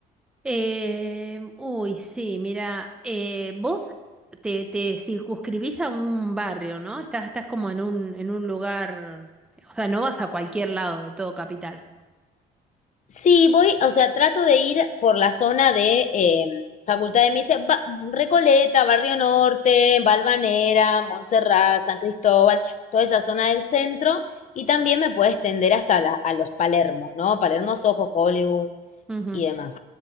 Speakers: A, in the centre; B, on the left (about 45°).
A: Em, uy, sí, mira, eh, vos te, te circunscribís a un barrio, ¿no? Estás, estás como en un, en un lugar, o sea, no vas a cualquier lado de todo capital.
B: Sí, voy, o sea, trato de ir por la zona de eh, Facultad de Medicina, Ba- Recoleta, Barrio Norte, Valvanera, Montserrat, San Cristóbal, toda esa zona del centro. Y también me puedo extender hasta la- a los Palermos, ¿no? Palermos, Ojos, Hollywood
A: Ujú.
B: y demás.